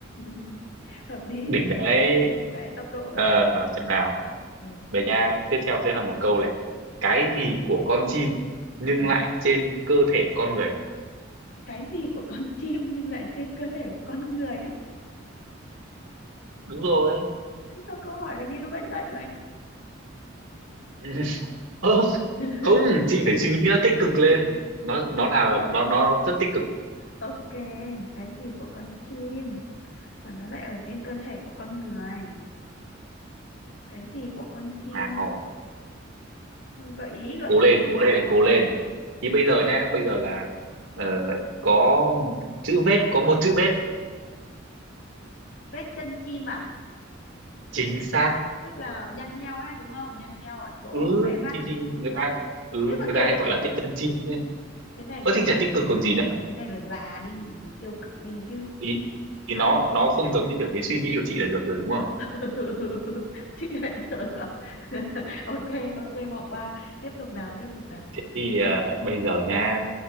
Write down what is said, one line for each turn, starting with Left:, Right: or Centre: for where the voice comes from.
Left: <laughs> hợp lý
Right: đỉnh đáng lẽ
Left: đấy tốc độ
Right: ờ,
Left: rồi tốc độ
Right: xem nào
Left: ừ.
Right: về nha tiếp theo sẽ là một câu này cái gì của con chim nhưng
Left: ừ
Right: lại trên cơ thể con người
Left: cái gì của con <laughs> chim nhưng lại trên cơ thể của con người á
Right: đúng rồi
Left: cứ sao câu hỏi là nghe nó bậy bậy vậy
Right: <laughs> Ơ,
Left: <laughs>
Right: không chị phải suy nghĩ nó tích cực lên nó nó là nó nó rất tích cực
Left: ok cái gì của con chim mà nó lại ở trên cơ thể của con người cái gì của con chim
Right: nào
Left: Ừ, gợi ý gợi
Right: cố
Left: ý
Right: lên
Left: đi em.
Right: cố lên cố lên thì bây giờ nhá bây giờ là ờ, có chữ vết có một chữ vết
Left: vết chân chim à
Right: chính xác
Left: tức là nhăn nheo đấy đúng không nhăn nheo ở chỗ
Right: ừ
Left: khóe mắt
Right: thì thì người ta ừ
Left: thế mà
Right: người
Left: kêu
Right: ta hay
Left: là
Right: gọi
Left: tích
Right: là
Left: cực
Right: thích chân chim đấy
Left: cái này
Right: ơ
Left: gọi
Right: thì chả
Left: là
Right: tích cực còn gì nữa
Left: cái này là già đi tiêu cực đi chứ
Right: thì thì nó nó không giống như kiểu cái suy nghĩ của chị là được rồi đúng không
Left: <laughs> chị lại tưởng là <laughs> ok ok bỏ qua tiếp tục nào tiếp tục nào
Right: thế thì à, bây giờ nha